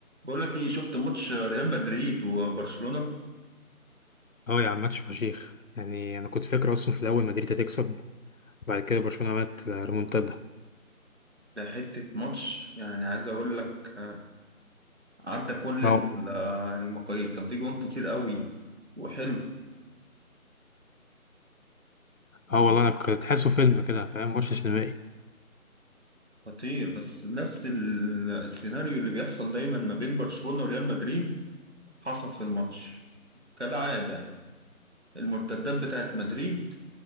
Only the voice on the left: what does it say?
اه يا عم ماتش فشيخ يعني انا كنت فاكر اصلا في الاول مدريد هتكسب بعد كده برشلونه عملت ريمونتادا
اه
اه والله انا كنت تحسه فيلم كده فاهم ماتش سينمائي